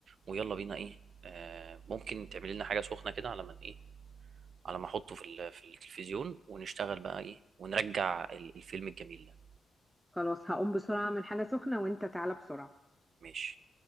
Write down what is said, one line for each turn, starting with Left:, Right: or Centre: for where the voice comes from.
Right: ويلا بينا ايه آه، ممكن تعملي لنا حاجة سخنة كده على ما ايه على ما احطه في ال- في التلفزيون ونشتغل بقى ايه ونرجع ال- الفيلم الجميل ده
Centre: خلاص هقوم بسرعه من حاجه سخنه وانت تعالى بسرعه
Right: ماشي